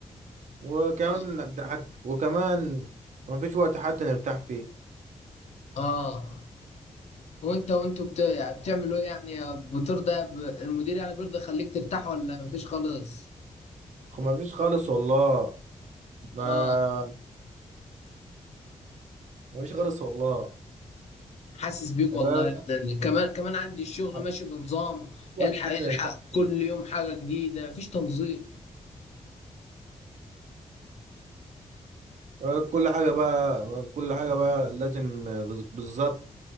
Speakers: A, on the right; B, on the left.
A: وكمان
B: اه
A: ده حت... وكمان مفيش وقت حتى نرتاح فيه
B: اه وانت وانتوا بت... يعني بتعملوا ايه يعني بترضى ب... المدير يعني بيرضى يخليك ترتاح ولا مفيش خالص
A: مفيش خالص والله ما
B: اه
A: مفيش خالص والله
B: حاسس بيك
A: آه،
B: والله يعني كمان كمان عندي الشغل
A: مفيش
B: ماشي بنظام
A: وقت
B: الحق
A: حتى
B: الحق
A: نرتاح فيه
B: كل يوم حاجة جديدة مفيش تنظيم
A: آه، كل حاجة بقى كل حاجة بقى لازم آه، بز- بالظبط